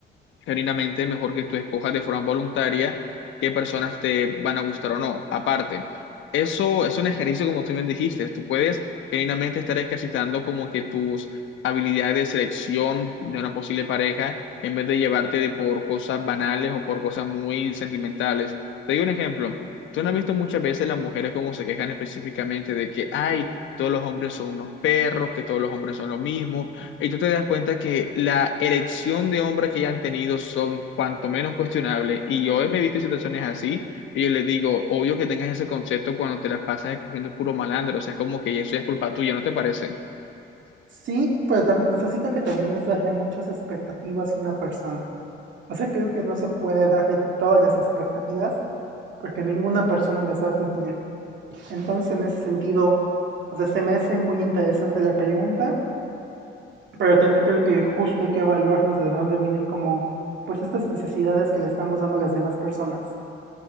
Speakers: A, on the left (about 75°); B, on the right (about 70°).
A: genuinamente mejor que tú escojas de forma voluntaria qué personas te van a gustar o no. Aparte, eso es un ejercicio como tú bien dijiste, tú puedes genuinamente estar ejercitando como que tus habilidades de selección de una posible pareja en vez de llevarte de por cosas banales o por cosas muy sentimentales. Te doy un ejemplo. Tú no has visto muchas veces las mujeres como se quejan específicamente de que, ay, todos los hombres son unos perros, que todos los hombres son lo mismo, y tú te das cuenta que la elección de hombres que ya han tenido son cuanto menos cuestionables. Y yo me he visto en situaciones así y yo les digo, obvio que tengas ese concepto cuando te las pasas escogiendo puro malandro. O sea, es como que eso ya es culpa tuya, ¿no te parece?
B: Sí, pero también, o sea, siento que también es darle muchas expectativas a una persona. O sea, creo que no se puede darle todas las expectativas porque ninguna persona les va a cumplir. Entonces, en ese sentido, o sea, se me hace muy interesante la pregunta, pero también creo que justo hay que evaluarnos de dónde vienen como, pues, estas necesidades que le estamos dando a las demás personas.